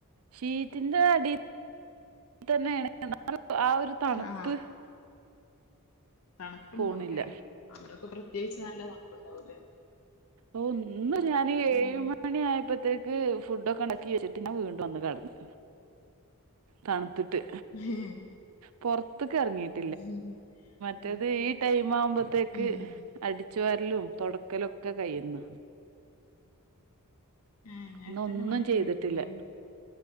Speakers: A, on the right; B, on the left.
A: ശീതിന്റെ അടി തന്നെ ണ് എന്ന ആ ഒരു തണുപ്പ്
B: ആ തണുപ്പുണ്ടാവുല്ലേ
A: പോണില്ല
B: അവിടെൊക്കെ പ്രത്യേകിച്ച് നല്ല തണുപ്പുണ്ടാവൂല്ലേ
A: ഓഹ് ഒന്ന് ഞാൻ ഏഴ്
B: ഉം
A: മണി ആയപ്പോത്തേക്ക്- ക് ഫുഡൊക്കെ ണ്ടക്കി വെച്ചിട്ട് ഞാൻ വീണ്ടന്ന് കടന്ന് തണുത്തിട്ട്
B: ഹം
A: പുറത്തൊക്കറങ്ങിട്ട്
B: <inaudible>
A: മറ്റേത് ഈ ടൈം ആവുമ്പോത്തേക്ക്
B: ഉം
A: അടിച്ച വരലും തുടക്കലും ഒക്കെ കഴുന്ന.
B: ഏ നേരത്തന്നെ
A: ഇന്നൊന്നും
B: പണിയൊക്കെ
A: ചെയ്തിട്ടില്ല
B: കഴിക്കൂലേ